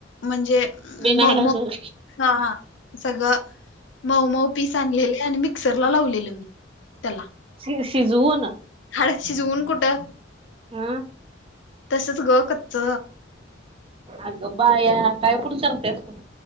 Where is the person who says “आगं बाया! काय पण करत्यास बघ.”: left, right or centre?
Right